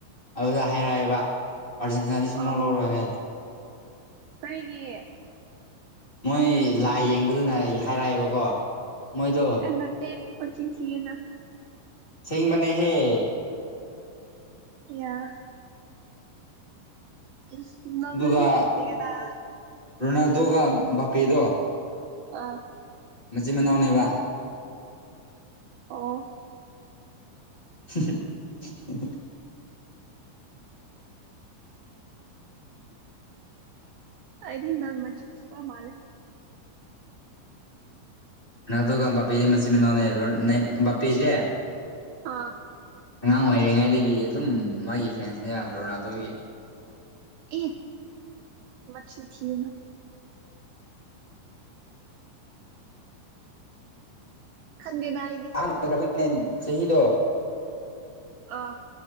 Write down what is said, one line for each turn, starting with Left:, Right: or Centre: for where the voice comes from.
Left: ꯑꯗꯨꯗ ꯍꯥꯏꯔꯛꯑꯦꯕ ꯑꯥꯔꯖꯦꯟꯇꯤꯅꯥꯗꯤ ꯁꯨꯝꯅꯣ
Right: ꯑꯣ
Left: ꯂꯧꯔꯣꯏꯍꯦ
Right: ꯀꯔꯤꯒꯤ
Left: ꯃꯣꯏ ꯂꯥꯏ ꯌꯦꯡꯕꯗꯨꯅ ꯑꯩ ꯍꯥꯏꯔꯛꯑꯦꯕꯀꯣ ꯃꯣꯏꯗꯣ
Right: ꯅꯠꯇꯦ ꯄꯟꯆꯤꯟ ꯊꯤꯒꯅꯣ
Left: ꯁꯦꯡꯕꯅꯦꯍꯦ
Right: ꯑꯌꯥ ꯎꯦꯁ ꯎ ꯅꯥꯜꯗꯣꯗꯤ
Left: ꯑꯗꯨꯒ
Right: ꯍꯥꯏꯇꯦ ꯗꯥ
Left: ꯔꯣꯅꯥꯜꯗꯣꯒ ꯕꯥꯄꯦꯗꯣ
Right: ꯑꯥ
Left: ꯃꯆꯤꯟ ꯃꯅꯥꯎꯅꯦꯕ
Right: ꯑꯣ
Left: <unintelligible>
Right: ꯑꯩꯗꯤ ꯅꯪ ꯃꯆꯤꯟ ꯊꯤꯕ ꯃꯥꯜꯂꯦ
Left: ꯅꯥꯜꯗꯣꯒ ꯕꯥꯄꯦꯁꯦ ꯃꯆꯤꯟ ꯃꯅꯥꯎꯅꯦ ꯔꯣ ꯅꯦꯜ ꯕꯥꯄꯦꯁꯦ
Right: ꯑꯥ
Left: ꯑꯉꯥꯡ ꯑꯣꯏꯔꯤꯉꯩꯗꯒꯤ ꯑꯗꯨꯝ ꯃꯥꯒꯤ ꯐꯦꯟꯁꯅꯦꯕ ꯔꯣꯅꯥꯜꯗꯣꯒꯤ
Right: ꯑꯦ ꯃꯆꯤꯟ ꯊꯤꯒꯅꯨ ꯈꯟꯗꯦꯗ ꯑꯥꯏꯗꯤ
Left: ꯑꯣꯏ <unintelligible> ꯅꯦ ꯆꯍꯤꯗꯣ
Right: ꯑꯥ